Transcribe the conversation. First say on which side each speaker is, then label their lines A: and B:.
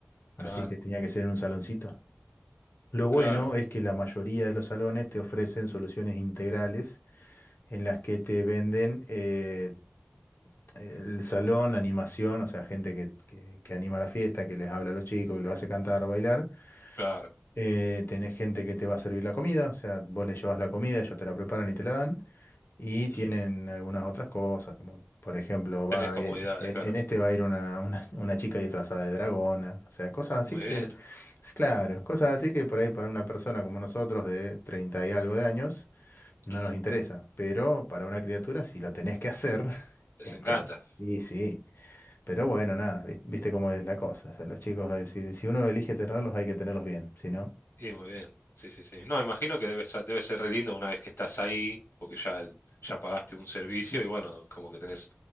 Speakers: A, on the left; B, on the left.
A: así
B: claro,
A: que tenía que ser en un saloncito. Lo bueno
B: claro,
A: es que la mayoría de los salones te ofrecen soluciones integrales en las que te venden eh, el salón, animación, o sea, gente que, que que anima la fiesta, que les habla a los chicos, que los hace cantar, bailar.
B: claro.
A: Eh, tenés gente que te va a servir la comida, o sea, vos le llevas la comida, ellos te la preparan y te la dan. Y tienen
B: Mm,
A: algunas otras cosas, como por ejemplo, va
B: Tenés comodidades,
A: a ir- en,
B: claro.
A: en este va a ir una, una, <laughs> una chica disfrazada de dragona, o sea, cosas así
B: Muy
A: que,
B: bien.
A: es claro, cosas así que por ahí para una persona como nosotros de 30 y algo de años no
B: mm,
A: nos interesa, pero para una criatura, si lo tenés que hacer, <laughs> es
B: Les
A: como,
B: encanta.
A: y sí, pero bueno, nada, vis- viste cómo es la cosa, o sea, los chicos, eh, si, si uno elige tenerlos, hay que tenerlos bien, si no...
B: Y muy bien. Sí, sí, sí. No, imagino que debe ser, debe ser re lindo una vez que estás ahí, porque ya, el- ya pagaste un servicio y bueno, como que tenés